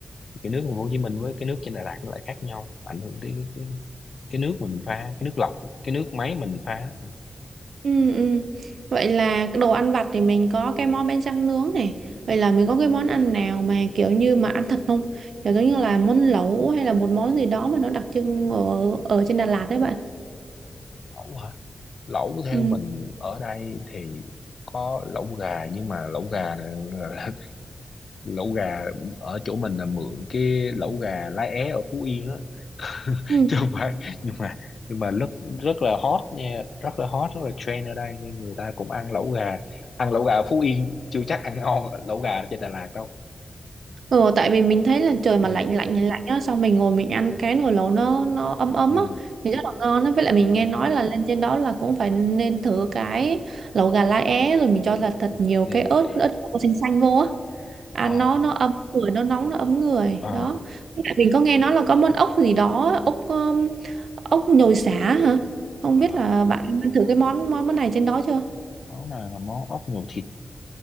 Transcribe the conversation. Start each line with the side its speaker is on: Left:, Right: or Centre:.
Left: cái nước thành phố Hồ Chí Minh với cái nước trên Đà Lạt nó lại khác nhau ảnh hưởng tới cái, cái, cái nước mình pha cái nước lọc cái nước máy mình pha
Right: ừ, ừ. vậy là cái đồ ăn vặt thì mình có cái món bánh tráng nướng này vậy là mình có cái món ăn nào mà kiểu như mà ăn thật không kiểu giống như là món lẩu hay là một món gì đó mà nó đặc trưng ở ở trên Đà Lạt đấy bạn
Left: lẩu hả lẩu theo
Right: ừ.
Left: mình ở đây thì có lẩu gà nhưng mà lẩu gà là- là- <laughs> lẩu gà ở chỗ mình là mượn cái lẩu gà lá é ở Phú Yên á <laughs>
Right: Ừ.
Left: chứ không phải nhưng mà nhưng mà rất rất là hot nha rất là hot rất là trend ở đây nên người ta cũng ăn lẩu gà ăn lẩu gà ở Phú Yên chưa chắc ăn ngon lẩu gà trên Đà Lạt đâu
Right: Ừ, tại vì mình thấy là trời mà
Left: ừ
Right: lạnh lạnh lạnh á xong mình ngồi mình ăn cái nồi lẩu nó nó ấm ấm
Left: ừ
Right: á thì rất là ngon á với lại mình
Left: ừ
Right: nghe nói là lên trên đó là cũng phải nên thử cái lẩu gà lá é rồi mình cho là thật nhiều
Left: ừ
Right: cái ớt ớt bột xanh xanh vô á ăn
Left: ờ
Right: nó nó ấm người nó nóng nó ấm người
Left: à,
Right: đó Với lại mình có nghe nói là có món ốc gì đó ốc um, ốc nhồi sả hả không
Left: à,
Right: biết là bạn ăn thử cái món món món này trên đó chưa
Left: món này là món ốc nhồi thịt